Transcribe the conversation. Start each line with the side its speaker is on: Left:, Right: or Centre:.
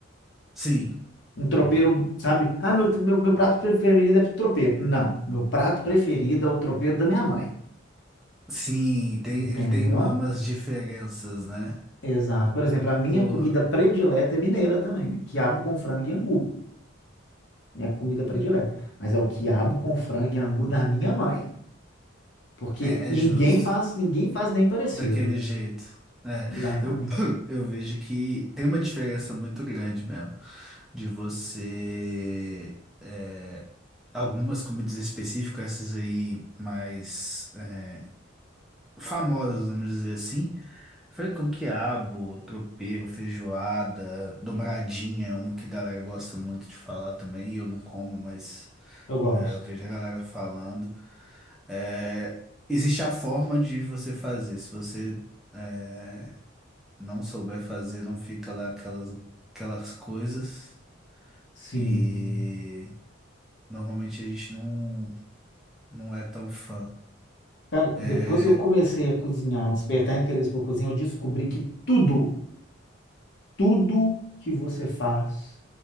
Centre: Sim,
Left: Um tropeiro, sabe? Ah, meu, meu, meu prato preferido é tropeiro. Não, meu prato preferido é o tropeiro da minha mãe.
Centre: Sim, tem,
Left: Entendeu?
Centre: ele tem uma- umas diferenças, né?
Left: Exato. Por exemplo, a minha
Centre: Pô,
Left: comida predileta é mineira também. Quiabo com frango e angu. Minha comida predileta. Mas é o quiabo com frango e angu da minha mãe. Porque
Centre: é,
Left: ninguém
Centre: é justo.
Left: faz, ninguém faz nem parecido.
Centre: Daquele jeito. É,
Left: Exatamente.
Centre: eu, <coughs> <clears throat> eu vejo que tem uma diferença muito grande mesmo. De você. é, algumas comidas específicas, essas aí mais é, famosas, vamos dizer assim. Foi com quiabo, tropeiro, feijoada, dobradinha, é um que a galera gosta muito de falar também, e eu não como, mas
Left: Eu gosto.
Centre: é, eu vejo a galera falando. É, existe a forma de você fazer. Se você é, não souber fazer, não fica lá aquelas, aquelas coisas.
Left: Sim.
Centre: E normalmente a gente não, não é tão fã.
Left: Cara,
Centre: É,
Left: depois que eu comecei a cozinhar, despertar interesse por cozinha, eu descobri que tudo Tudo que você faz